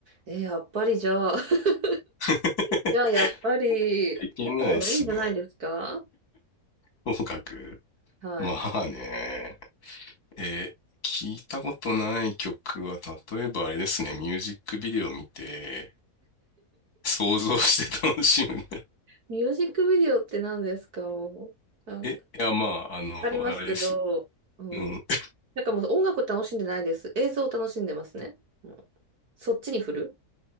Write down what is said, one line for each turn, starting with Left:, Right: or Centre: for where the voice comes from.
Right: えやっぱりじゃあ、<laughs>
Left: <laughs>
Right: じゃあやっぱりあった方がいいんじゃないですか
Left: できないですね。音楽。
Right: はい。
Left: まあね。えー、聞いたことない曲は、例えばあれですね、ミュージックビデオ見て、想像して楽しむ。
Right: ミュージックビデオって何ですかもう、
Left: <laughs>
Right: あ、
Left: え、
Right: わ
Left: いや、まあ、あの、
Right: かりますけど、
Left: あれですよ。
Right: うん。
Left: うん。
Right: なんかもう音楽楽しんでないです。映像を楽しんでますね。もうそっちに振る。